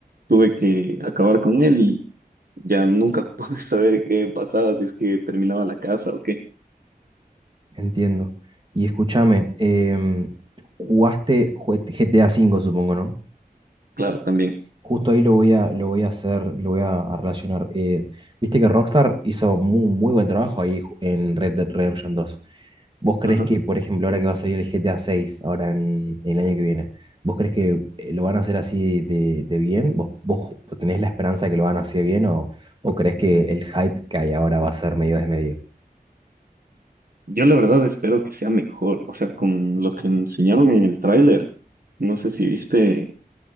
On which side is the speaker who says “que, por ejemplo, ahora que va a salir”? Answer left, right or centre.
Right